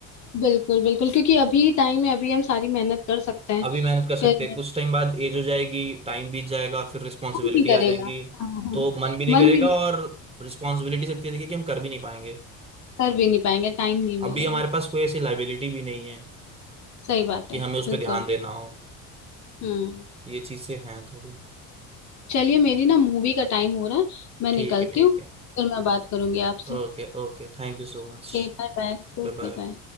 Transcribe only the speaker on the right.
अभी मेहनत कर सकते
हैं कुछ टाइम बाद एज हो जाएगी टाइम बीत जाएगा फिर रिस्पॉन्सिबिलिटी
आ जाएंगी
तो
मन भी नहीं
करेगा
और रिस्पॉन्सिबिलिटी से इतनी रहेगी कि हम कर भी नहीं पाएंगे
अभी
हमारे पास कोई ऐसी लाइबिलिटी भी नहीं है
कि
हमें उस
पर ध्यान देना हो
ये चीज़ें हैं थोड़ी
ठीक
है ठीक
है
Okay okay thank you so much
Bye
bye